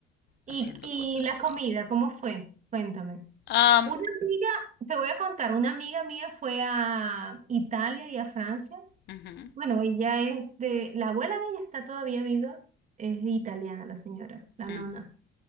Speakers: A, on the right; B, on the left.
A: Y,
B: haciendo
A: y
B: cosas
A: la
B: así.
A: comida, ¿cómo fue? Cuéntame.
B: Am,
A: Una amiga, te voy a contar, una amiga mía fue a Italia y a Francia.
B: ujú,
A: Bueno, ella es de, la abuela de ella está todavía viva, es italiana la señora, la
B: mm,
A: nona.